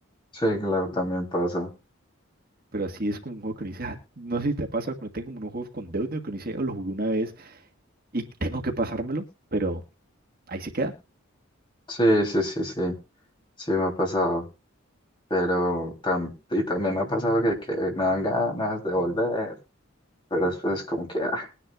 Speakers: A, on the left; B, on the right.
A: sí, claro, también pasa.
B: Pero sí es como un juego que uno dice, "Ah", no sé si te ha pasado que no tengo como unos juegos con deuda, que uno dice, oh, lo jugué una vez y tengo que pasármelo, pero ahí se queda.
A: Sí, sí, sí, sí, sí me ha pasado. Pero tam- y también me ha pasado que, que me dan ganas de volver, pero después es como que, ah,